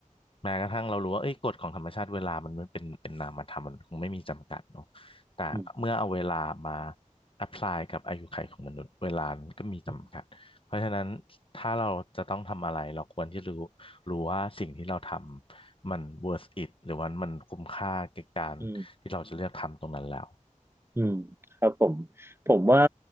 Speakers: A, on the left; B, on the right.
A: แม้กระทั่งเรารู้ว่าเอ้ยกฎของธรรมชาติเวลามันไม่เป็นเป็นนามธรรมมันคงไม่มีจำกัดเนาะแต่เมื่อเอาเวลามา
B: อืม
A: apply กับอายุขัยของมนุษย์เวลามันก็มีจำกัดเพราะฉะนั้นถ้าเราจะต้องทำอะไรเราควรที่รู้รู้ว่าสิ่งที่เราทำมัน
B: อืม
A: worth it หรือว่ามันคุ้มค่าแก่การที่เราจะเลือกทำตรงนั้นแล้ว
B: อืม อืมครับผมผมว่า